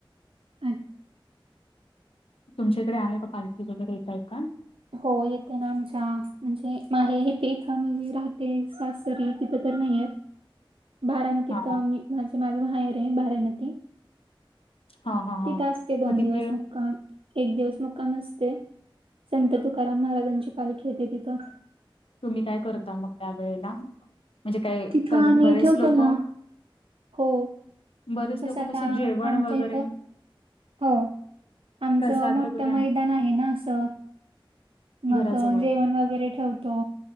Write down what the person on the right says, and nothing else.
अच्छा
हो येते ना आमच्या म्हणजे मा आहे. इथे इथं आमही जे राहते. सासरीत तिथं तर नाहीय.. बारामती
तर मी माझे माझं माहेर आहे. बारामती
तिथं असते. दोन
दिवस मुक्काम एक दिवस मुक्काम असते. संत तुकाराम महाराजांची पालखी येते तिथं.
तिथं
आम्ही
ठेवतो
ना हो
तसं
आता
आमच्या
इथं हो आमचं
मोठं
मैदान आहे. ना असं मग
जेवण वगैरे ठेवतो.